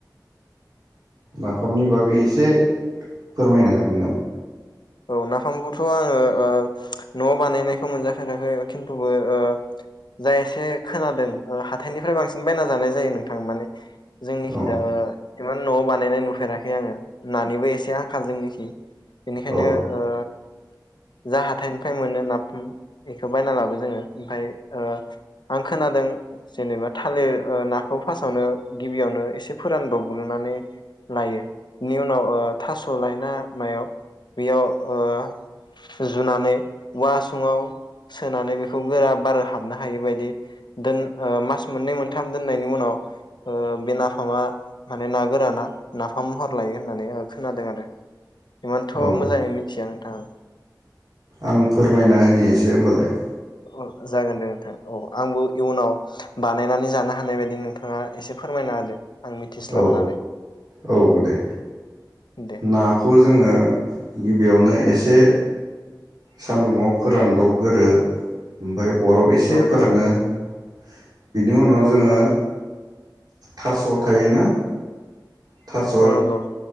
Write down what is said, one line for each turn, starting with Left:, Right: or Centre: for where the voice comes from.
Right: नाफामनि बागै एसे फोरमायनो हागोन नामा?
Left: औ नाफामखौथ' आङो ओ नआव बानायनायखौ मोनजाफेराखै खिन्थुबो ओ जाय एसे खोनादों ओ हाथाइनिफ्राय बांसिन बायना जानाय जायो नोंथां माने जोंनिखिजा
Right: औ
Left: इमान न'आव बानायनाय नुफेराखै आङो नानिबो एसे आखाल जोंनिखि। बेखायनो
Right: औ
Left: ओ जा हाथाइनिफ्राय मोनो नाफाम इखो बायना लाबो जोङो ओमफाय ओ आं खोनादों जेनेबा थालिर ओ नाखौ फास्टआवनो गिबियावनो एसे फोरानदबग्रोनानै लायो इनि उनाव ओ थास लाय ना मायाव। बेयाव ओ जुनानै औवा हासुङाव सोनानै बेखौ गोरा बार हाबनो हायि बायदि दोन-ओ मास मोननै मोनथाम दोननायनि उनाव ओ बे नाफामा माने ना गोराना नाफाम महर लायो होननानै खोनादों आरो एमान थ'
Right: औ
Left: मोजाङै मिथिया नोंथां।
Right: आं फोरमायना होनि एसे ओमबालाय।
Left: औ जागोन दे नोंथां औ। आंबो इयुनाव बानायनानै जानो हानाय बायदि नोंथाङा एसे फोरमायना होदो। आं मिथिस्लाबा
Right: औ
Left: नालाय
Right: औ औ औ दे।
Left: दे
Right: नाखौ जोङो गिबियावनो एसे सान्दुंङाव फोरानदब गोरो ओमफ्राय अरआव एसे
Left: औ
Right: फोरानो।
Left: औ
Right: <inaudible> बिनि उनाव
Left: औ
Right: जोङो
Left: औ
Right: थास' थायोना थास'
Left: औ नंगौ